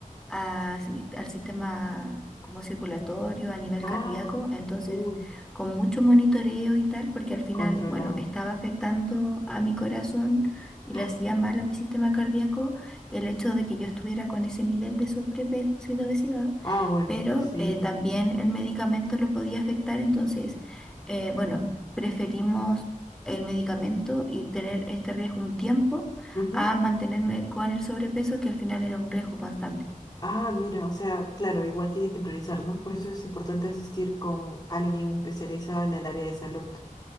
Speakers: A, in the centre; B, on the left (about 30°).
A: a si- al sistema como circulatorio, a nivel
B: Ah,
A: cardíaco, entonces
B: uy,
A: con mucho monitoreo y tal, porque al final,
B: controlado.
A: bueno, estaba afectando a mi corazón y
B: ¡Ah!
A: le hacía mal a mi sistema cardíaco el hecho de que yo estuviera con ese nivel de sobrepeso y de obesidad,
B: Ah, bueno,
A: pero
B: sí.
A: eh, también el medicamento lo podía afectar, entonces, eh, bueno, preferimos el medicamento y tener este riesgo un tiempo
B: Ujú.
A: a mantenerme con el sobrepeso que al final era un riesgo constante.
B: Ah, mira, o sea, claro, igual tiene que priorizar, ¿no? Por eso es importante asistir con alguien especializado en el área de salud.